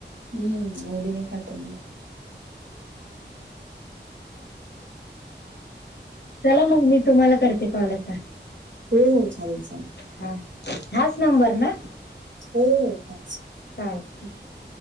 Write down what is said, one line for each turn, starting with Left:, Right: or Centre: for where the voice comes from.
Right: हम्म आवडीने खाताता ब
Left: चला मग मी तुम्हाला करते कॉल आता
Right: हो हो चालेल चालेल
Left: हा हाच नंबर ना
Right: हो हाच नंबर
Left: चालेल ठीक आहे